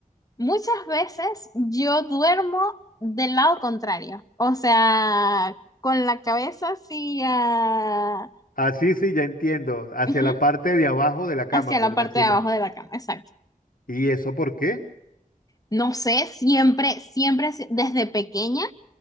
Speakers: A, on the left; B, on the left.
A: Muchas veces yo duermo del lado contrario, o sea, con la cabeza hacia,
B: Así sí, sí, ya entiendo. Hacia
A: ujú,
B: la parte de abajo de la cama,
A: hacia
B: por
A: la parte
B: decirlo.
A: de abajo de la cama, exacto.
B: ¿Y eso por qué?
A: No sé, siempre, siempre, si- desde pequeña,